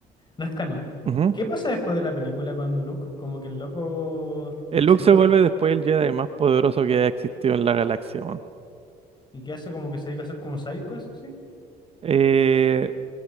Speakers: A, on the left (about 25°); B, on the right (about 35°).
A: no es canon.
B: Ujú.
A: ¿Qué pasa después de la película con Luke? Como que el loco
B: El Luke
A: se dedica
B: se vuelve después el Jedi más poderoso que ha existido en la galaxia, weón.
A: y que hace como que se dedica a hacer como psycho, eso sí.
B: Eh,